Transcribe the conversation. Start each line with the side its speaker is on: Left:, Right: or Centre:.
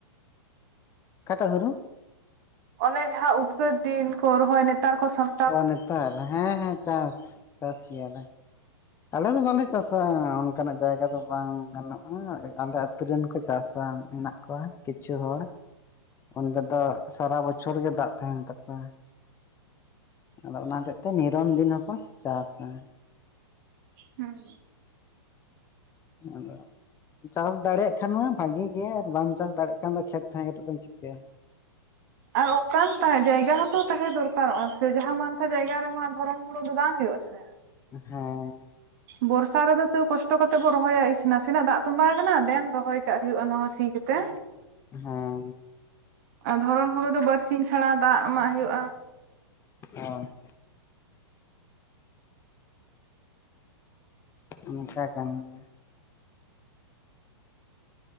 Left: ᱠᱟᱴᱟ ᱦᱚᱲᱩ <unintelligible>
Right: ᱚᱱᱮ ᱡᱟᱦᱟᱸ ᱩᱫᱽᱜᱟᱹᱨ ᱫᱤᱱ ᱠᱚ ᱨᱚᱦᱚᱭ ᱱᱮᱛᱟᱨ ᱠᱚ ᱥᱟᱢ
Left: ᱚ ᱱᱮᱛᱟᱨ ᱦᱮᱸ ᱦᱮᱸ ᱪᱟᱥ ᱪᱟᱥᱭᱟᱞᱮ ᱛᱟᱦᱞᱮ ᱫᱚ ᱵᱷᱞᱮ ᱪᱟᱥᱟ <unintelligible> ᱚᱱᱠᱟᱱᱟᱜ ᱡᱟᱭᱜᱟ ᱫᱚ ᱵᱟᱝ ᱜᱟᱱᱚᱜᱼᱟ ᱟᱞᱮ ᱟᱛᱩ ᱨᱮᱱ ᱠᱚ ᱪᱟᱥᱟ ᱢᱮᱱᱟᱜ ᱠᱚᱣᱟ ᱠᱤᱪᱷᱩ ᱦᱚᱲ ᱚᱸᱰᱮ ᱫᱚ ᱥᱟᱨᱟ ᱵᱚᱪᱷᱚᱨ ᱜᱮ ᱫᱟᱜ ᱛᱟᱦᱮᱱ ᱛᱟᱠᱚᱣᱟ ᱟᱫᱚ ᱚᱱᱟ ᱦᱚᱛᱮᱜ ᱛᱮ ᱱᱤᱨᱚᱱ ᱫᱤᱱ ᱦᱚᱸᱠᱚ ᱪᱟᱥᱟ
Right: ᱦᱩᱸ
Left: ᱟᱫᱚ <unintelligible> ᱪᱟᱥ ᱫᱟᱲᱮᱭᱟᱜ ᱠᱷᱟᱱ ᱢᱟ ᱵᱷᱟᱜᱤ ᱜᱮᱭᱟ ᱟᱨ ᱵᱟᱢ ᱪᱟᱥ ᱫᱟᱲᱮᱭᱟᱜ ᱠᱷᱟᱱ ᱫᱚ ᱠᱷᱮᱛ ᱛᱟᱦᱮᱸ ᱠᱟᱛᱮᱜ ᱫᱚᱢ ᱪᱤᱠᱟᱹᱭᱟ?
Right: ᱟᱨ ᱚᱱᱠᱟᱱ ᱡᱟᱭᱜᱟ ᱦᱚᱸᱛᱚ ᱛᱟᱦᱮᱸ ᱫᱚᱨᱠᱟᱨᱚᱜᱼᱟ ᱥᱮ ᱡᱟᱦᱟᱸ ᱢᱛᱮ ᱡᱟᱭᱜᱟ ᱨᱮᱢᱟ ᱫᱷᱚᱨᱚᱢ ᱦᱩᱲᱩ ᱫᱚ ᱵᱟᱝ ᱦᱩᱭᱩᱜ ᱟ ᱥᱮ
Left: ᱦᱮᱸ
Right: ᱵᱚᱨᱥᱟ ᱨᱮᱫᱚ ᱛᱟ. ᱣ ᱠᱚᱥᱴᱚ ᱠᱟᱛᱮ ᱵᱚ ᱨᱚᱦᱚᱭᱟ ᱤᱥ ᱱᱟᱥᱮᱱᱟᱜ ᱫᱟᱜ ᱛᱚᱸᱵᱟ ᱟᱠᱟᱱᱟ ᱫᱮᱱ ᱨᱚᱦᱚᱭ ᱠᱟᱜ ᱦᱩᱭᱩᱜᱼᱟ ᱚᱱᱟ ᱥᱤ ᱠᱟᱛᱮ᱾
Left: ᱦᱮᱸ
Right: ᱟᱨ ᱫᱷᱚᱨᱚᱱ ᱦᱩᱲᱩ ᱫᱚ ᱵᱟᱨᱥᱤᱧ ᱪᱷᱟᱲᱟ ᱫᱟᱜ ᱮᱢᱟᱜ ᱦᱩᱭᱩᱜᱼᱟ
Left: ᱚ <unintelligible> ᱱᱚ ᱱᱟᱝᱠᱟ ᱠᱟᱱ ᱜᱮᱭᱟ